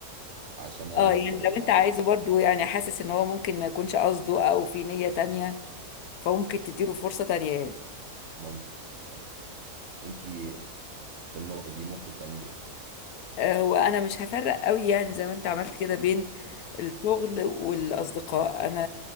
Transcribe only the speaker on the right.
عشان انا
لسه
باقي
عليه
ممكن ممكن انت في النقطه دي ممكن تعملي ايه